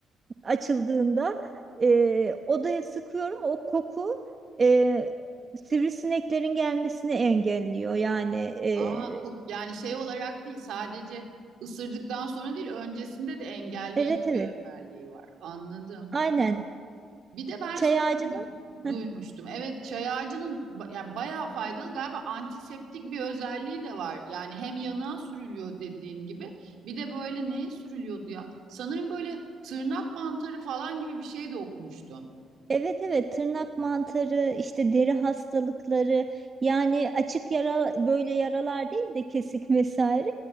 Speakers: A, on the right (about 35°); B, on the right (about 75°).
A: açıldığında e, odaya sıkıyorum. O koku e, sivrisineklerin gelmesini engelliyor. Yani e,
B: Aa, kok yani şey olarak değil sadece ısırdıktan sonra değil öncesinde de engelleyici
A: evet evet
B: bir özelliği var. Anladım.
A: aynen
B: Bir de ben
A: çay
B: şey
A: ağacının <laughs>
B: duymuştum. Evet çay ağacının ba- ya bayağı faydalı galiba antiseptik bir özelliği de var. Yani hem yanığa sürülüyor dediğin gibi bir de böyle neye sürülüyordu ya? Sanırım böyle tırnak mantarı falan gibi bir şey de okumuştum.
A: Evet evet tırnak mantarı işte deri hastalıkları yani açık yara böyle yaralar değil de kesik vesaire